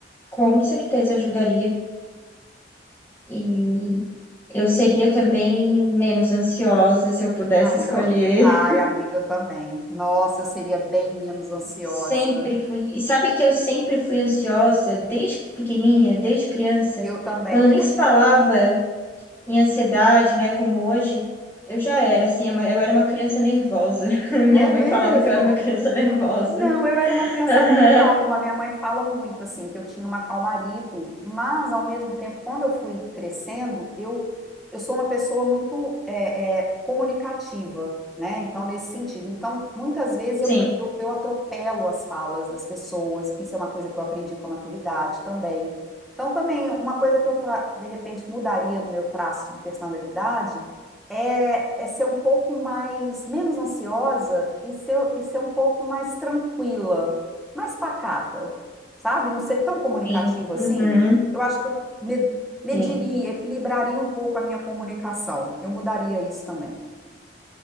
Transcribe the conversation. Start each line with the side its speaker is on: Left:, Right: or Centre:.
Left: Com certeza ajudaria. E eu seria também menos ansiosa se eu pudesse
Centre: Aí,
Left: escolher.
Centre: ó. Ai,
Left: <laughs>
Centre: amiga, eu também. Nossa, eu seria bem menos ansiosa.
Left: Sempre fui. E sabe que eu sempre fui ansiosa desde pequenininha, desde criança.
Centre: Eu também.
Left: Quando nem se falava em ansiedade, né, como hoje, eu já era assim, eu era uma criança nervosa. <laughs> Minha
Centre: É
Left: mãe
Centre: mesmo?
Left: falava que eu era uma criança nervosa.
Centre: Não, eu era uma
Left: <laughs>
Centre: criança
Left: Aham.
Centre: até calma. Minha mãe fala muito assim que eu tinha uma calmaria e tudo. Mas ao mesmo tempo, quando eu fui crescendo, eu eu sou uma pessoa muito é, é, comunicativa, né? Então nesse sentido, então muitas vezes eu
Left: Sim,
Centre: me eu, eu atropelo as falas das pessoas. Isso é uma coisa que eu aprendi com a maturidade também. Então também uma coisa que eu tra- de repente mudaria no meu traço de personalidade é, é ser um pouco mais, menos ansiosa e ser, e ser um pouco mais tranquila, mais pacata, sabe? Não ser tão comunicativa
Left: sim.
Centre: assim.
Left: Uhum.
Centre: Eu acho que eu me- mediria,
Left: Sim.
Centre: equilibraria um pouco a minha comunicação. Eu mudaria isso também.